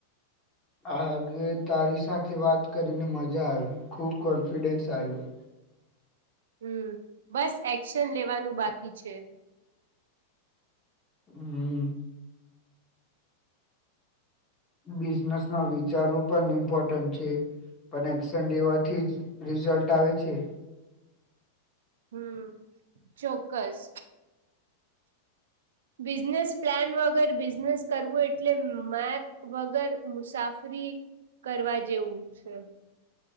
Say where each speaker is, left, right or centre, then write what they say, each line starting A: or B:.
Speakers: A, on the left (about 15°); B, on the right (about 80°).
A: આગે તારી સાથે વાત કરીને મજા આવી ખુબ કોન્ફિડન્સ આવ્યો
B: હમ બસ એક્શન લેવાનું બાકી છે
A: હમ બિઝનેસ ના વિચારો પણ ઇમ્પોર્ટન્ટ છે પણ એક્શન લેવાથી જ રિઝલ્ટ આવે છે
B: હમ ચોક્કસ બિઝનેસ પ્લાન વગર બિઝનેસ કરવું એટલે મે વગર મુસાફરી કરવા જેવું છે